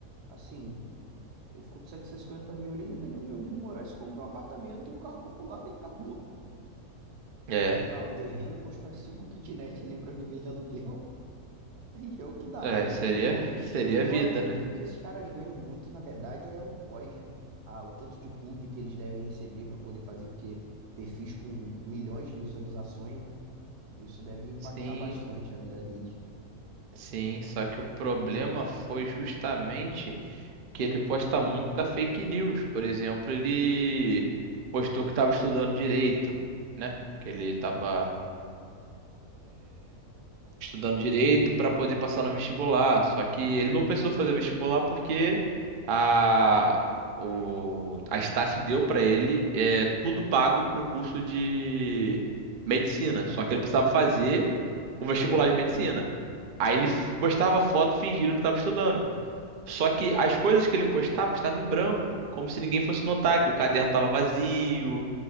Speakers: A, on the right; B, on the right.
A: assim, ele ficou com setecentos e cinquenta mil ali, dependendo de onde ele morar, isso compra um apartamento e um carro popular <laughs> e acabou.
B: é,
A: Sei lá, um terreno, constrói cinco kitnet ali para viver de aluguel. <laughs> E é o que dá.
B: é, seria,
A: Mas
B: seria
A: eu, eu
B: a vida,
A: acredito
B: né?
A: que o que esses caras ganham muito, na verdade, é o pós, né? Ah, o tanto de público que eles devem receber para poder fazer, porque perfis com milhões de visualizações, né? Isso deve impactar
B: Sim,
A: bastante a vida deles.
B: Sim, só que o problema foi justamente que ele posta muita fake news. Por exemplo, ele postou que estava estudando direito, né? Que ele estava estudando direito para poder passar no vestibular. Só que ele não precisou fazer vestibular porque a, o, a Estácio deu para ele é, tudo pago para o curso de medicina. Só que ele precisava fazer o vestibular de medicina. Aí ele postava foto fingindo que estava estudando. Só que as coisas que ele postava estavam em branco, como se ninguém fosse notar que o caderno estava vazio,